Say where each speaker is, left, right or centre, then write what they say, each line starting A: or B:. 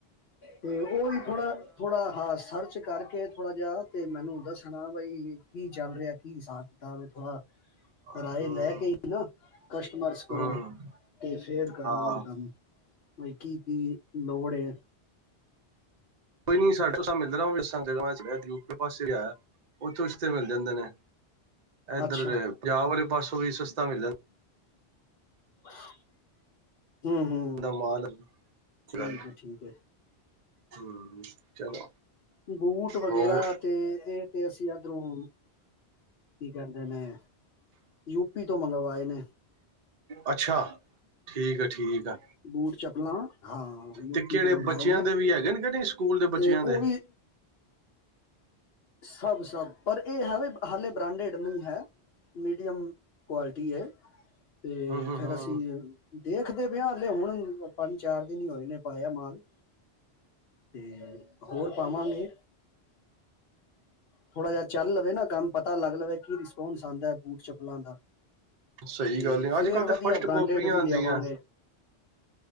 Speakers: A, on the left; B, on the right.
A: ਤੇ ਉਹੀ ਥੋੜਾ ਥੋੜਾ ਹਾਂ ਸਰਚ ਕਰਕੇ ਥੋੜਾ ਜਿਹਾ ਤੇ ਮੈਨੂੰ ਦੱਸਣਾ ਬਈ ਕੀ ਚੱਲ ਰਿਹਾ ਕੀ ਹਿਸਾਬ ਕਿਤਾਬ ਹੈ ਥੋੜਾ
B: ਹੂੰ
A: ਰਾਏ ਲੈ ਕੇ ਹੀ ਨਾ ਕਸਟਮਰਸ ਕਰੋ
B: ਹੂੰ
A: ਤੇ ਫੇਰ ਕਰਾਂਗੇ
B: ਹਾਂ
A: ਕੰਮ ਕੀ ਕੀ ਲੋੜ ਤੇ
B: ਕੋਈ ਨੀ ਸਾਡੇ ਮਿਲਣਾ ਜਗ੍ਹਾ ਯੂਕੇ ਪਾਸੇ ਆ ਉੱਥੋਂ ਰਿਸ਼ਤੇ ਮਿਲ ਜਾਂਦੇ ਨੇ ਇਧਰ
A: ਅੱਛਾ
B: ਜੇ ਪੰਜਾਬ ਵਾਲੇ ਪਾਸਿਓਂ ਵੀ ਸਸਤਾ ਮਿਲ ਜਾਂਦਾ।
A: ਆ ਹੂੰ ਹੂੰ
B: ਜਾਂਦਾ ਮਾਲ
A: ਠੀਕ
B: ਗੱਲ
A: ਹੈ ਠੀਕ ਹੈ
B: ਹੂੰ ਚਲੋ
A: ਬੂਟ ਵਗੈਰਾ
B: ਹੋਰ
A: ਤੇ ਇਹ ਤੇ ਅਸੀਂ ਇਧਰੋਂ ਕੀ ਕਹਿੰਦੇ ਨੇ ਯੂਪੀ ਤੋਂ ਮੰਗਵਾਏ ਨੇ
B: ਅੱਛਾ ਠੀਕ ਆ ਠੀਕ ਆ।
A: ਬੂਟ ਚੱਪਲਾ ਹਾਂ ਯੂਪੀ
B: ਤੇ ਕਿਹੜੇ
A: ਤੋਂ ਮੰਗਵਾਏ
B: ਬੱਚਿਆਂ
A: ਨੇ
B: ਦੇ ਵੀ ਹੈਗੇ ਨੇ ਕਿ ਨਹੀਂ ਸਕੂਲ ਦੇ
A: ਤੇ
B: ਬੱਚਿਆਂ
A: ਉਹ
B: ਦੇ
A: ਵੀ ਸਭ ਸਭ ਪਰ ਇਹ ਹੈ ਵੀ ਹਾਲੇ ਬ੍ਰਾਂਡਡ ਨਹੀਂ ਹੈ ਮੀਡੀਅਮ ਕੁਆਲਿਟੀ ਏ ਤੇ
B: ਹੂੰ ਹੂੰ
A: ਫੇਰ
B: ਹੂੰ
A: ਅਸੀਂ ਦੇਖਦੇ ਪਿਆ ਹਲੇ ਹੁਣ ਪੰਜ ਚਾਰ ਦਿਨ ਹੀ ਹੋਏ ਨੇ ਪਾਇਆ ਮਾਲ ਤੇ ਹੋਰ ਪਾਵਾਂਗੇ ਥੋੜਾ ਜਿਹਾ ਚੱਲ ਲਵੇ ਨਾ ਕੰਮ ਪਤਾ ਲੱਗ ਲਵੇ ਕੀ ਰਿਸਪੋਂਸ ਆਦਾ ਬੂਟ ਚੱਪਲਾਂ ਦਾ
B: ਸਹੀ
A: ਤੇ
B: ਗੱਲ ਹੈ
A: ਫੇਰ
B: ਅੱਜ ਕੱਲ੍ਹ
A: ਵਧੀਆ
B: ਤਾਂ ਫਸਟ
A: ਬ੍ਰਾਂਡਿੰਡ
B: ਕਾਪੀਆਂ
A: ਵੀ
B: ਆਉਂਦੀਆਂ
A: ਲਿਆਵਾਂਗੇ